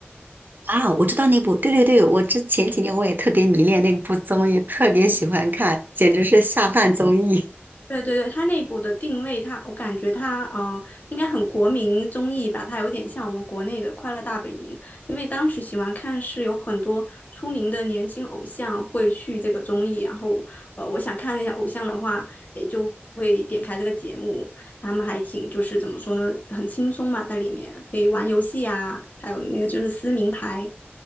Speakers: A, on the right (about 45°); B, on the left (about 40°).
A: 啊？我知道那部，对对对，我之前几年我也特别迷恋那部综艺，特别喜欢看，简直是下饭综艺。
B: 对对对，它内部的定位它，我感觉它呃，应该很国民综艺吧，它有点像我们国内的《快乐大本营》，因为当时喜欢看是有很多出名的年轻偶像会去这个综艺，然后呃，我想看那些偶像的话，也就会点开这个节目，他们还挺就是怎么说呢，很轻松嘛，在里面可以玩游戏啊，还有那个就是撕名牌，